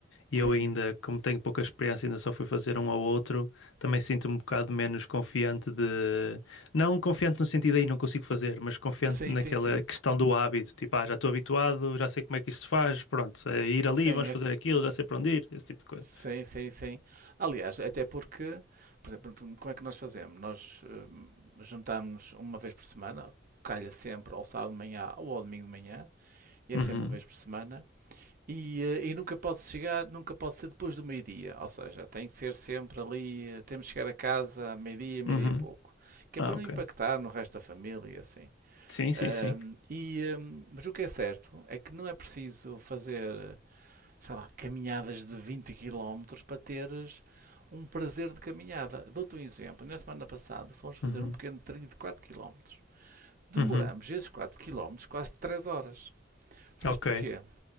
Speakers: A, on the left (about 75°); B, on the right (about 45°).
A: E
B: Sim,
A: eu ainda, como tenho pouca experiência, ainda só fui fazer um ao outro, também sinto-me um bocado menos confiante de... Não confiante no sentido aí não consigo fazer, mas confiante
B: sim,
A: naquela
B: sim, sim.
A: questão do hábito. Tipo, ah, já estou habituado, já sei como é que isto se faz, pronto, é ir ali,
B: Sim,
A: vamos
B: é-
A: fazer aquilo, já sei para onde ir, esse tipo de coisa.
B: sim, sim, sim. Aliás, até porque, por exemplo, como é que nós fazemos? Nós eh, juntamos uma vez por semana, calha sempre ao sábado de manhã ou ao domingo de manhã, e
A: Uhum,
B: é sempre uma vez por semana. E, eh, e nunca pode chegar, nunca pode ser depois do meio-dia, ou seja, tem que ser sempre ali, eh, temos que chegar a casa a meio-dia, meio-dia
A: uhum.
B: e pouco, que
A: Ah,
B: é para não
A: ok.
B: impactar no resto da família, e assim.
A: Sim,
B: Ahm,
A: sim, sim.
B: e, ahm, mas o que é certo é que não é preciso fazer, sei lá, caminhadas de 20 quilómetros para teres um prazer de caminhada. Dou-te um exemplo, na semana passada fomos fazer
A: Uhum,
B: um pequeno trilho de 4 quilómetros. Demoramos
A: uhum.
B: esses 4 quilómetros quase 3 horas. Sabes
A: Ok.
B: porquê?